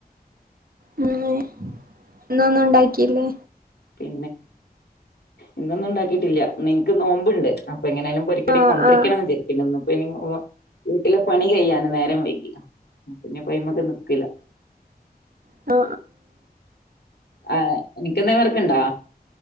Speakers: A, on the right; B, on the left.
A: ഉം എ ഒന്നും ഉണ്ടാക്കില്ലേ
B: പിന്നെ ഇന്നൊന്നും ഉണ്ടാക്കിയിട്ടില്ല ഇന്നെനിക്ക് നോമ്പുണ്ട് അപ്പൊ എങ്ങനൊയാലും പൊരിക്കടി
A: ആഹ് ആഹ്
B: കൊണ്ടിരിക്കണംന്ന്
A: ആഹ്
B: വിചരിക്കണ്ട പി വീട്ടിലെ പണി കയിയാന് നേരം വൈകി പിന്നെ പോയ്മക്ക് നിക്കല
A: ആ
B: ആ നിക്കെന്തേ വർക്ക്ണ്ടാ